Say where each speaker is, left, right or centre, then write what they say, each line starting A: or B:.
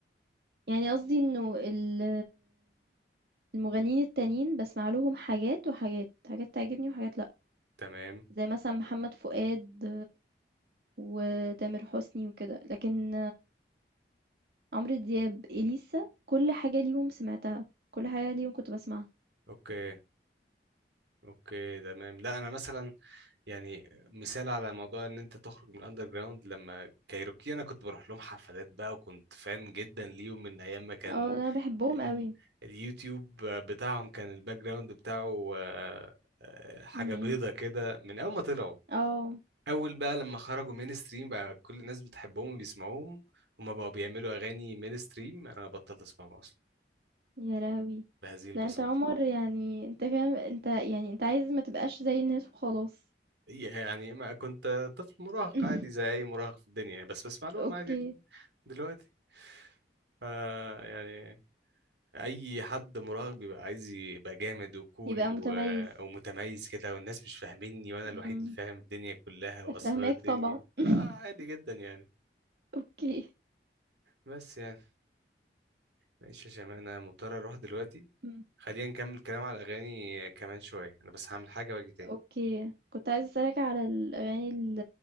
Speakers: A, on the right; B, on the right.
A: يعني قصدي إنه ال المغنيين التانيين باسمع لهم حاجات وحاجات، حاجات تعجبني وحاجات لأ،
B: تمام
A: زي مثلًا محمد فؤاد وتامر حسني وكده، لكن عمرو دياب، إليسا كل حاجة ليهم سمعتها، كل حاجة ليهم كنت باسمعها،
B: اوكي اوكي تمام لا انا مثلا يعني مثال على موضوع ان انت تخرج من الاندر جراوند لما كايروكي انا كنت بروح لهم حفلات بقى وكنت فان جدا ليهم من ايام ما كان
A: آه أنا باحبهم
B: ال...
A: أوي،
B: اليوتيوب بتاعهم كان الباك جراوند بتاعه آه، آه، حاجه
A: إمم، إمم،
B: بيضه كده من اول ما طلعوا
A: آه،
B: اول بقى لما خرجوا مين ستريم بقى كل الناس بتحبهم وبيسمعوهم هما بقوا بيعملوا اغاني مين ستريم انا بطلت اسمعهم اصلا
A: يا لهوي!
B: بهذه البساطه
A: لأ أنت يا عمر يعني أنت كده أنت يعني أنت عايز ما تبقاش زي الناس وخلاص.
B: يعني ما كنت طفل مراهق
A: <laughs>
B: عادي زي اي مراهق في الدنيا يعني بس بسمع لهم
A: أوكي،
B: عادي دل- دلوقتي ف يعني اي حد مراهق بيبقى عايز يبقى جامد وكول
A: يبقى متميز.
B: و... ومتميز كده والناس مش فاهميني وانا الوحيد
A: إمم،
B: اللي فاهم الدنيا كلها واسرار
A: فاهماك
B: الدنيا
A: طبعًا. <laughs>
B: فعادي جدا يعني
A: أوكي،
B: بس يعني معلش يا شيماء انا مضطر اروح دلوقتي
A: إمم.
B: خلينا نكمل كلام على الأغاني كمان شوية أنا بس هعمل حاجة وأجي تاني
A: أوكي. كنت عايزة أسألك على الأغاني ال